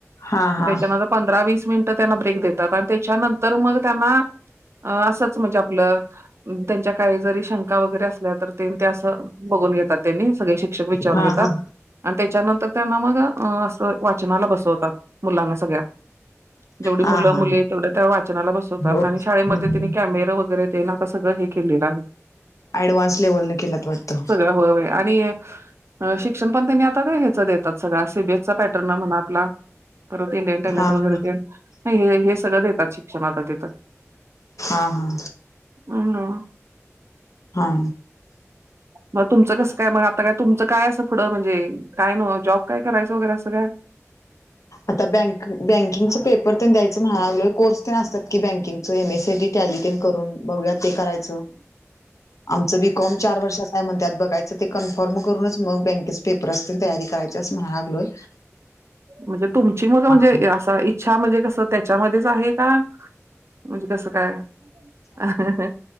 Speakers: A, on the left (about 85°); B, on the right (about 55°).
A: हां,
B: म
A: हां.
B: त्याच्यानंतर पंधरा वीस मिनिटं त्यांना ब्रेक देतात आणि त्याच्यानंतर मग त्यांना अ असंच म्हणजे आपलं त्यांच्या काही जरी शंका वगैरे असल्या तर तेन ते असं बघून घेतात त्यांनी सगळे शिक्षक वि चारून
A: हां,
B: घेतात
A: हां.
B: आणि त्याच्यानंतर त्यांना मग अस वाचनाला बसवतात मुलांना सगळ्या जेवढी मुलं
A: हां, हां.
B: मुली तेवढ्या त्या वाचनाला बसवतात
A: हो.
B: आणि शाळेमध्ये
A: हं.
B: त्यानी कॅमेरं व वगैरे तेन आता सगळं हे केलेलं आहे.
A: ॲडव्हान्स लेव्हलने केलात वाटतं.
B: सगळ होय होय आणि अ शिक शिक्षण पण तेनी आता ह्याचं देतात सगळा सी बी एस चा पॅटर्न म्हणा आपला परत इंडियन टॅलेंट
A: हां,
B: वगैरे
A: हां.
B: ते नाय हे हे सगळं देतात शिक्षण आता तिथं.
A: अहा
B: हं.
A: हा
B: म तुमचं कसं काय मग आता काय तुमचं काय असं पुढं म्हणजे काय नु जॉब काय करायचं वगैरे असं काय?
A: आता बँक बँकिंगच पेपर तेन द्याय च महाग लय कोर्स पण असतात की बँकिंगच M S C I T, tally तेन करून बघूयां ते करायच.
B: <inaudible>
A: आमचं बीकॉम चार वर्षात काय म्हणत्यात बघायचं ते कन्फर्म करूनच मग बँकेचे पेपर असतील तयारी करायच असं म्हणा लागलोय
B: म्हणजे तुमची मग म्हणजे
A: हां.
B: असा इच्छा म्हणजे कसं त्याच्यामध्येच आहे का? म्हणजे कसं काय हा हा हा